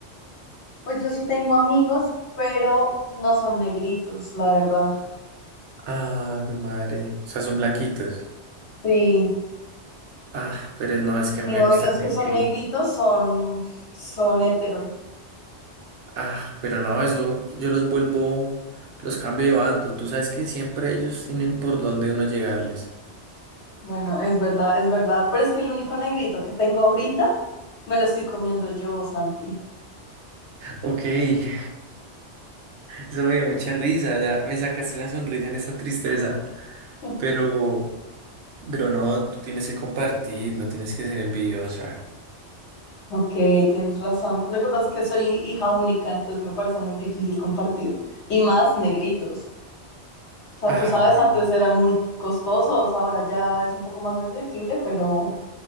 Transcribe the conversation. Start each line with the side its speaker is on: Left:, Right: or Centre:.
Left: Pues yo sí tengo amigos, pero no son negritos, la verdad.
Right: Ah, mi madre. O sea, son blanquitos.
Left: Sí,
Right: Ah, pero no, es que
Left: y
Right: a mí me
Left: no,
Right: gustan
Left: y los
Right: negritos.
Left: que son negritos son, son hetero.
Right: Ah, pero no, eso, yo los vuelvo, los cambio de bando. Tú sabes que siempre ellos tienen por dónde uno llegarles.
Left: Bueno, es verdad, es verdad, pero es que el único negrito que tengo ahorita me lo estoy comiendo yo, Santi.
Right: Ok, <laughs> eso me dio mucha risa, ya me sacaste una sonrisa en esa tristeza,
Left: <laughs>
Right: pero, pero no, tú tienes que compartir, no tienes que ser envidiosa.
Left: Ok, tienes razón. Lo que pasa es que soy hija única, entonces me parece muy difícil compartir. Y más negritos. O sea,
Right: Ah,
Left: tú sabes,
Right: ok.
Left: antes eran muy costosos, ahora ya es un poco más asequible, pero